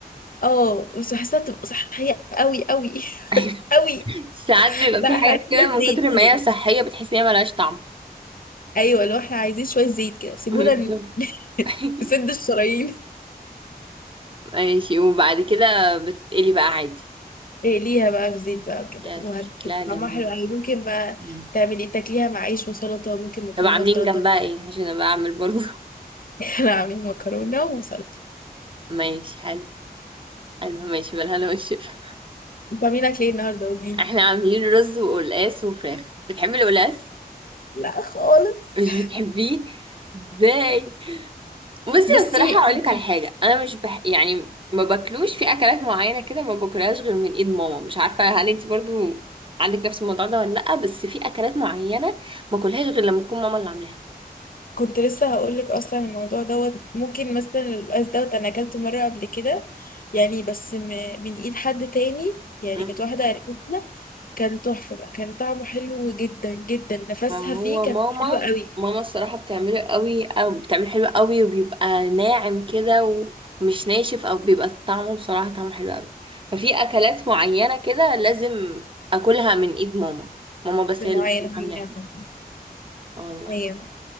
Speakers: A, on the left (about 60°); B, on the right (about 35°).
A: اه بس بحسها بتبقى صحيه قوي قوي
B: ايوه
A: <laughs> قوي
B: <laughs> ساعات بيبقى
A: لا
B: في
A: احنا
B: حاجات
A: عايزين
B: كده
A: شويه
B: من كتر
A: زيت
B: ما
A: كده
B: هي صحية بتحس ان هي ملهاش طعم
A: ايوه لو احنا عايزين شويه زيت كده سيبونا
B: بالظبط
A: ن- <laughs>
B: <laughs>
A: نسد الشرايين
B: ماشي وبعد كده بتتقلي بقى عادي
A: إيه ليها بقى في زيت بقى كده
B: يا
A: وهتبقى
B: طب شكلها جميل
A: طعمها حلو قوي ممكن بقى
B: مم.
A: تعملي تاكليها مع عيش وسلطه وممكن مكرونه
B: طب عاملين
A: وسلطه
B: جنبها ايه عشان ابقى اعمل برضو
A: <laughs> كانوا عاملين مكرونة وسلطة
B: <laughs> ماشي حلو حلو ماشي بالهنا والشفا
A: بعمل لك ليه النهاردة قوليلي
B: احنا عاملين رز وقلقاس وفراخ بتحبي القلقاس
A: لا خالص
B: مش بتحبيه ازاي بصي
A: بصي
B: الصراحة أقولك
A: انتي
B: على حاجة أنا مش بح... يعني ما باكلوش في أكلات معينة كده ما باكلهاش غير من إيد ماما مش عارفة هل انتي برضو عندك نفس الموضوع ده ولا لأ بس في أكلات معينة ما باكلهاش غير لما تكون ماما اللي عاملاها
A: كنت لسه هقول لك اصلا الموضوع دوت ممكن مثلا القلقاس دوت انا اكلته مره قبل كده يعني بس م- من ايد حد تاني يعني
B: مم.
A: كانت واحده قريبتنا كان تحفه بقى كان طعمه حلو جدا جدا نفسها
B: هو
A: فيه كان
B: ماما
A: حلو قوي
B: ماما الصراحة بتعمله قوي أو بتعمله حلو قوي وبيبقى ناعم كده ومش ناشف أو بيبقى طعمه بصراحة طعمه حلو قوي ففي أكلات معينة كده لازم أكلها من إيد ماما ماما بس
A: اللي
B: هي اللي
A: معايا
B: بتكون
A: انا في
B: عاملاها
A: الجامعه
B: والله
A: ايوه